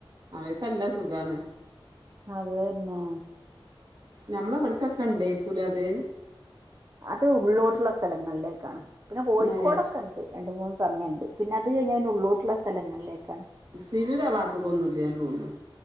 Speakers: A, on the right; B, on the right.
A: അവര്ക്കല്ല സുഖാണ്
B: അത് തന്നെ
A: ഞമ്മള ഇവ്ട്ക്കൊക്കെണ്ടേക്കുലത്
B: അത് ഉള്ളോട്ടുള്ള സ്ഥലങ്ങളിലേക്കാണ് പിന്നെ കോഴിക്കോടൊക്കെണ്ട്
A: ഏഹ്
B: രണ്ട്മൂന്ന് സമയണ്ട് പിന്നെ അത് കഴിഞ്ഞാപിന്നെ ഉള്ളോട്ട്ള്ള സ്ഥലങ്ങളിലേക്കാണ്
A: സിവിര പാത്തക്കൊന്നും ഇല്ലെന്ന് തോന്നുന്നു.